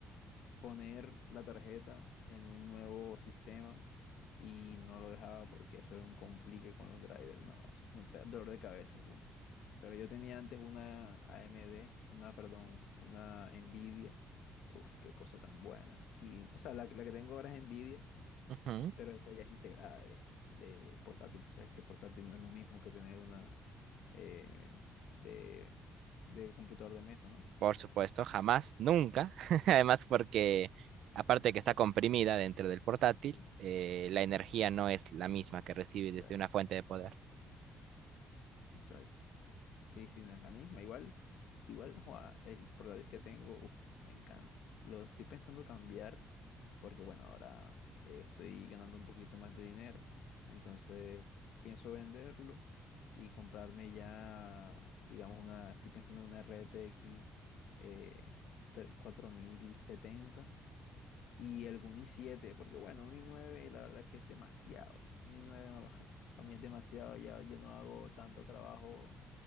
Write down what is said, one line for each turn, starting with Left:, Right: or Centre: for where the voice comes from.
Left: poner la tarjeta en un nuevo sistema y no lo dejaba porque eso era un complique con los drivers. No, eso es un pe- dolor de cabeza. pum. Pero yo tenía antes una AMD, una, perdón, una Nvidia. Uf, qué cosa tan buena. Aquí, o sea, la, la que tengo ahora es Nvidia,
Right: Ujú.
Left: pero esa ya es integrada de, de portátil. Tú sabes que portátil no es lo mismo que tener una eh, de, de computador de mesa, ¿no?
Right: Por supuesto, jamás, nunca. <laughs> Además, porque aparte de que está comprimida dentro del portátil,
Left: Sí.
Right: eh, la energía no es la misma que recibe
Left: Exacto,
Right: desde una fuente de poder.
Left: exacto. Sí, sí, no es la misma. Igual, igual, joa, el portátil que tengo, uff, me encanta. Lo estoy pensando cambiar porque, bueno, ahora eh, estoy ganando un poquito más de dinero. Entonces, pienso venderlo y comprarme ya, digamos, una, estoy pensando en una RTX eh, tre- 4070 y algún i siete, porque, bueno, un i nueve, la verdad es que es demasiado. Un i nueve <laughs> para mí es demasiado, ya yo no hago tanto trabajo